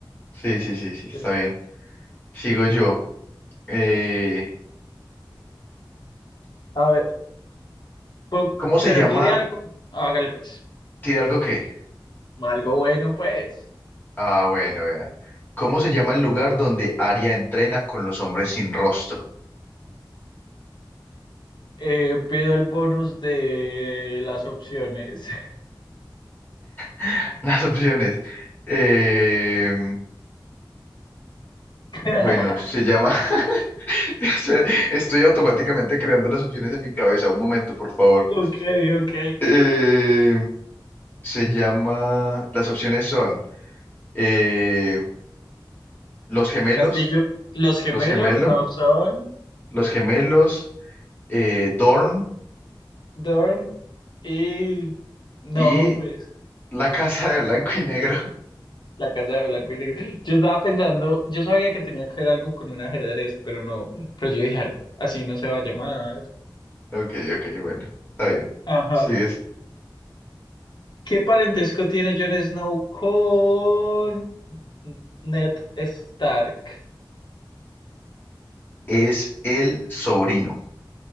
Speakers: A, on the left (about 25°); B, on the left (about 60°).
A: sí, sí, sí, sí, está
B: Sí.
A: bien. Sigo yo. Eh,
B: A ver, po-
A: ¿cómo se
B: pero
A: llama?
B: tire algo. Hágale pues.
A: ¿Tira algo qué?
B: Algo bueno, pues.
A: Ah, bueno, vea. ¿Cómo se llama el lugar donde Aria entrena con los hombres sin rostro?
B: Eh, pido el bonus de las opciones.
A: <laughs> Las opciones. Eh,
B: <laughs>
A: bueno, se llama. <laughs> Espera, Estoy automáticamente creando las opciones en mi cabeza. Un momento, por favor.
B: Ok, ok.
A: Eh, se llama. Las opciones son eh, los gemelos,
B: Castillo. Los gemelos
A: los gemelos.
B: no son
A: Los Gemelos, eh, Dorn
B: Dorm y... No,
A: y
B: pues.
A: La Casa de Blanco y Negro. <laughs>
B: La casa de blanco y negro. Yo estaba pensando, yo sabía que tenía que ver algo con un ajedrez, pero no. Pero yo dije, así no se va a llamar.
A: Ok, ok, bueno, está bien.
B: Ajá.
A: Sigues.
B: ¿Qué parentesco tiene Jon Snow con Ned Stark?
A: Es el sobrino,